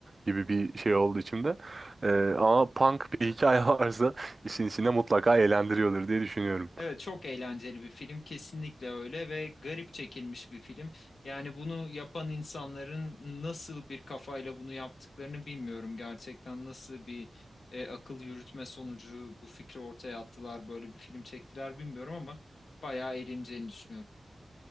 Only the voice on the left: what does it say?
Evet çok eğlenceli bir film kesinlikle öyle ve garip çekilmiş bir film. Yani bunu yapan insanların nasıl bir kafayla bunu yaptıklarını bilmiyorum gerçekten nasıl bir e, akıl yürütme sonucu bu fikri ortaya attılar böyle bir film çektiler bilmiyorum ama bayağı eğleneceğini düşünüyorum.